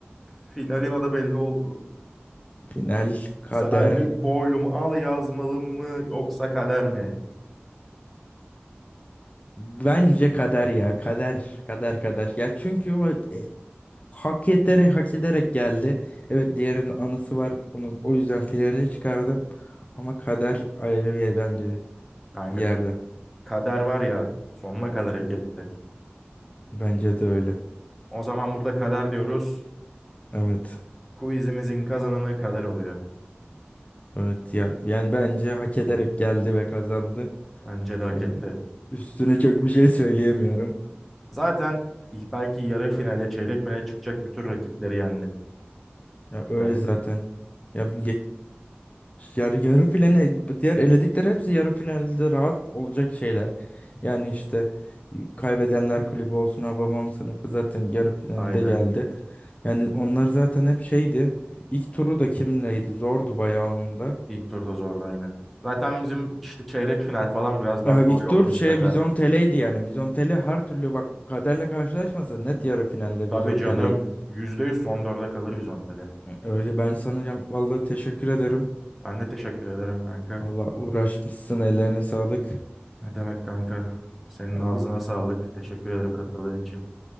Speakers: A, in the centre; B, on the left.
A: Finalin adı belli oldu.
B: Final kader.
A: Selvi Boylum al yazmalı mı yoksa kader mi?
B: Bence kader ya. Kader. Kader kader. Ya çünkü o e, hak ederek hak ederek geldi. Evet diğerinin anısı var. Onu o yüzden finale çıkardım. Ama kader ayrı bir yer bence
A: Kanka
B: bir yerde.
A: k- kader var ya sonuna kalır hak etti.
B: Bence de öyle.
A: O zaman burada kader diyoruz.
B: Evet.
A: Quizimizin kazananı kader oluyor.
B: Evet ya yani bence hak ederek geldi ve kazandı.
A: Bence de hak
B: Yani
A: etti.
B: üstüne çok bir şey söyleyemiyorum.
A: Zaten belki yarı finale, çeyrek finale çıkacak bütün rakipleri yendi.
B: Ya
A: Kader.
B: öyle zaten. Ya Yani yarı finale diğer eledikleri hepsi yarı finalde rahat olacak şeyler. Yani işte kaybedenler kulübü olsun Hababam sınıfı zaten yarı finalde
A: Aynen.
B: geldi. Yani onlar zaten hep şeydi. İlk turu da kimleydi? Zordu bayağı onun da.
A: İlk turda zordu aynen. Zaten bizim işte çeyrek final falan biraz daha
B: Ya
A: kolay
B: ilk
A: oldu
B: tur
A: nispeten.
B: şey Vizyon Tele'ydi yani. Vizyon Tele her türlü bak kaderle karşılaşmasa net yarı finalde
A: Tabii
B: Vizyon
A: canım
B: Tele'ydi.
A: %100 son dörde kalır biz Ontel'e.
B: Öyle ben sana ya- vallahi teşekkür ederim.
A: Ben de teşekkür ederim kanka.
B: Vallahi uğraşmışsın ellerine sağlık.
A: Ne demek kanka? Senin
B: Hadi
A: ağzına sağlık. Teşekkür ederim katıldığın için.